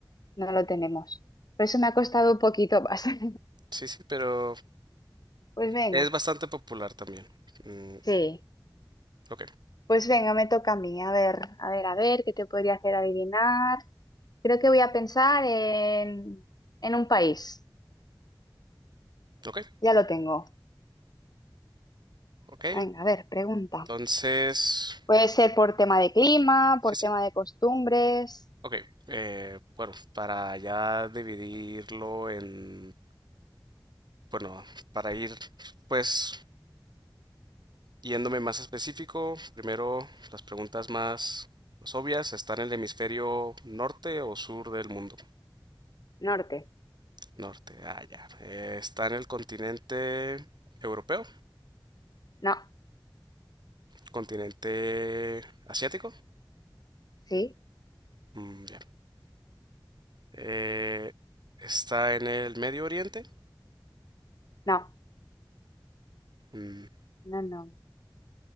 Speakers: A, on the left (about 55°); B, on the right (about 60°).
A: no lo tenemos. Por eso me ha costado un poquito más. <laughs>
B: sí, sí, pero
A: Pues venga,
B: es bastante popular también. Mm,
A: sí.
B: ok,
A: Pues venga, me toca a mí. A ver, a ver, a ver, ¿qué te podría hacer adivinar? Creo que voy a pensar en, en un país.
B: ok,
A: Ya lo tengo.
B: ok.
A: Venga, a ver, pregunta.
B: Entonces,
A: Puede ser por tema de clima,
B: sí,
A: por
B: sí.
A: tema de costumbres.
B: Ok, eh, bueno, para ya dividirlo en, bueno, para ir, pues, yéndome más específico, primero las preguntas más, más obvias. ¿Está en el hemisferio norte o sur del mundo?
A: Norte.
B: Norte, ah, ya. Eh, ¿está en el continente europeo?
A: No.
B: Continente asiático.
A: Sí,
B: Mm, ya. Eh, está en el Medio Oriente.
A: no,
B: Mm,
A: no, no.